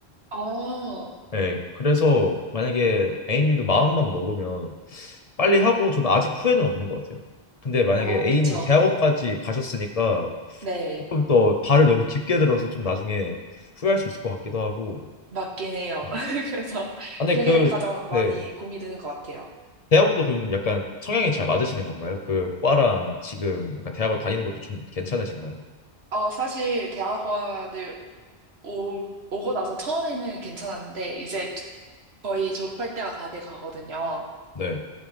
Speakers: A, on the right; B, on the left.
A: 어,
B: 예, 그래서 만약에 A님도 마음만 먹으면 빨리 하고 저는 아직 후회는 없는 것 같아요. 근데 만약에
A: 아,
B: A님은
A: 그쵸.
B: 대학원까지 가셨으니까
A: 네.
B: 조금 더 발을 너무 깊게 들어서 좀 나중에 후회할 수 있을 것 같기도 하고.
A: 맞긴 해요.
B: 네.
A: <laughs> 그래서
B: 아, 근데
A: 그게
B: 그,
A: 가장 많이
B: 네.
A: 고민이 되는 것 같아요.
B: 대학원도 그럼 약간 성향이 잘 맞으시는 건가요? 그 과랑 지금 약간 대학원 다니는 것도 좀 괜찮으신가요?
A: 어, 사실 대학원을 오, 오고 나서 처음에는 괜찮았는데 이제 거의 졸업할 때가 다 돼 가거든요.
B: 네.